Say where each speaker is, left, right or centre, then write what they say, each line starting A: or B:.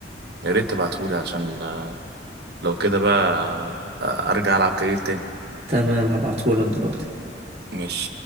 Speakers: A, on the right (about 65°); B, on the right (about 35°).
A: يا ريت تبعتهولي عشان آه، لو كده بقى آه، ارجع العب كارير تاني
B: تمام هبعتهولك دلوقتي
A: ماشي